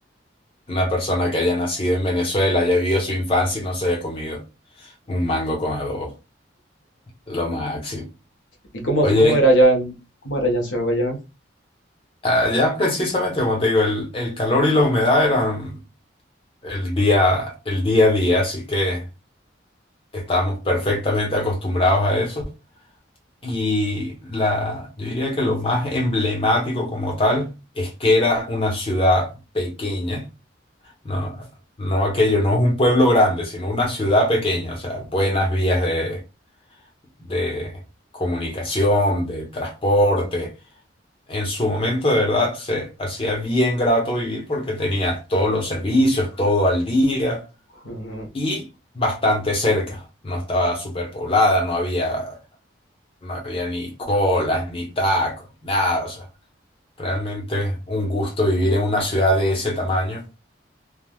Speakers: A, on the left; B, on the left.
A: Una persona que haya nacido en Venezuela, haya vivido su infancia y no se haya comido un mango con adobo. Lo máximo.
B: ¿Y cómo,
A: Oye,
B: cómo era allá en, cómo era allá en Ciudad Guayana?
A: allá precisamente, como te digo, el, el calor y la humedad eran el día, el día a día, así que estábamos perfectamente acostumbrados a eso. Y la, yo diría que lo más emblemático como tal es que era una ciudad pequeña, ¿no? No aquello, no es un pueblo grande, sino una ciudad pequeña, o sea, buenas vías de de comunicación, de transporte. En su momento, de verdad, se hacía bien grato vivir porque tenías todos los servicios, todo al día
B: Ujú,
A: y bastante cerca. No estaba superpoblada, no había, no había ni colas, ni tacos, ni nada. O sea, realmente un gusto vivir en una ciudad de ese tamaño